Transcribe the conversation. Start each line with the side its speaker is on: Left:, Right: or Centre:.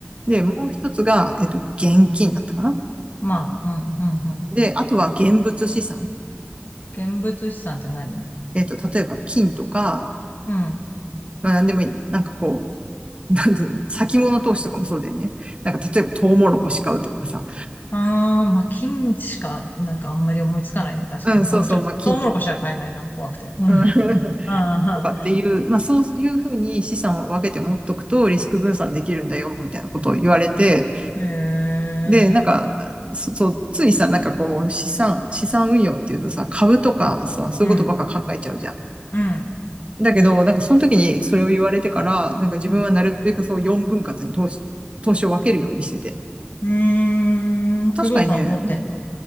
Right: で、もう一つが、えっと、現金だったかな。
Left: まあ、うん、うん、うん。
Right: で、あとは現物資産。
Left: 現物資産って何
Right: えっと、例えば金とか、
Left: うん。
Right: まあ何でもいいんだ。なんかこう、なんていうの、先物投資とかもそうだよね。なんか例えばトウモロコシ買うとかさ、
Left: ああ、まあ、金しか、なんかあんまり思いつかないね、確かに。
Right: うん、
Left: その、
Right: そうそう、
Left: ちょっと、
Right: まあ金とか、
Left: トウモロコシは買えないな、怖くて。うん。
Right: <laughs>
Left: あ
Right: とかっていう、まあそういうふうに資産を分けて持っとくとリスク分散できるんだよ、みたいなことを言われて、
Left: あ、へえ、
Right: で、なんか、そそう、ついさ、なんかこう、資産、資産運用っていうとさ、株とかさ、そういうことばっか考えちゃうじゃん。
Left: うん、うん、
Right: だけど、
Left: そ
Right: なんかその時にそれを言われてから、なんか自分はなるべくそう4分割に投資、
Left: う。うん
Right: 投資を分けるようにしてて。
Left: うーん、不動産持ってんの
Right: 確かにね、も